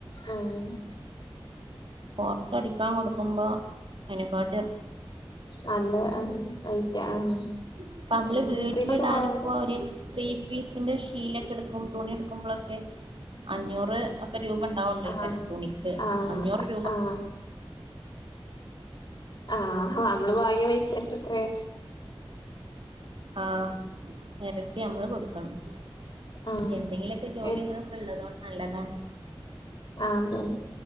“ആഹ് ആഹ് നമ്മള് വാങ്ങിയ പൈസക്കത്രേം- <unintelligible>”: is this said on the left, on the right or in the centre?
Left